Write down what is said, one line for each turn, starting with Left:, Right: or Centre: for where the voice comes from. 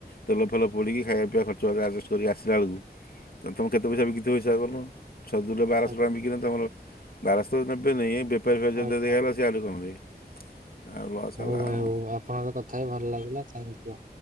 Left: ତେଲ ଫେଲ ପୋଡ଼ିକି ଖାଇବା ପିଇବା ଖର୍ଚ ଛୁଆ କୁ ଆଜେଷ୍ଟେ କରିକି ଆସିଲା ବେଳକୁ ତମେ କେତେ ପଇସା ବିକିଥିବ ହିସାବ କରୁନ ଛଅ ଦୁଲେ ବାରଶହ
Right: ଆଜ୍ଞା
Left: ଟଙ୍କା ବିକି କିଲେ ତମର ବାରଶ ତ ଦେବେ ନାହିଁ ଫେପାରି ଫେଲା
Right: ଆଜ୍ଞା
Left: ସେ ଆହୁରି କମରେ <inaudible>
Right: ହଉ
Left: ହେଲା
Right: ଭାଇ
Left: ଆଉ।
Right: ହଉ ଆପଣଙ୍କ ସହ କଥା ହେଇ ଭଲଲାଗିଲା ଥାଙ୍କ୍ ୟୁ।